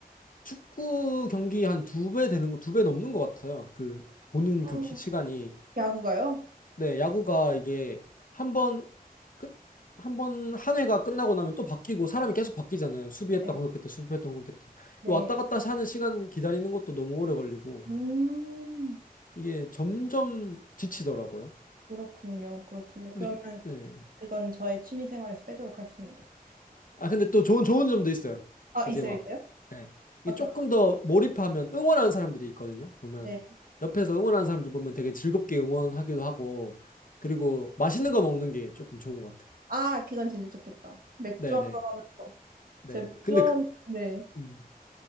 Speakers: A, on the left; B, on the right.
A: 축구 경기 한 두 배 되는 거, 두 배 넘는 것 같아요. 그, 보는
B: 어,
A: 그 기- 시간이.
B: 야구가요?
A: 네, 야구가 이게 한 번, 끝, 한 번, 한 회가 끝나고 나면 또 바뀌고 사람이 계속 바뀌잖아요. 수비했다,
B: 네,
A: 공격했다, 수비했다, 공격했다.
B: 네.
A: 왔다 갔다 하는 시간 기다리는 것도 너무 오래 걸리고,
B: 음,
A: 이게 점점 지치더라고요.
B: 그렇군요. 그렇군요. 그러면
A: 근데, 네.
B: 그건 저의 취미 생활에서 빼도록 하겠습니다.
A: 아, 근데 또 좋은, 좋은 점도 있어요.
B: 아,
A: 이제
B: 있어요,
A: 막,
B: 있어요?
A: 예. 이게
B: 어떤,
A: 조금 더 몰입하면 응원하는 사람들이 있거든요. 보면,
B: 네.
A: 옆에서 응원하는 사람들 보면 되게 즐겁게 응원하기도 하고, 그리고 맛있는 거 먹는 게 조금 좋은 것 같아요.
B: 아, 그건 진짜 좋겠다. 맥주
A: 네네.
B: 한잔
A: 네.
B: 하면서.
A: 네.
B: 제 맥주
A: 근데,
B: 한,
A: 그,
B: 네.
A: 음,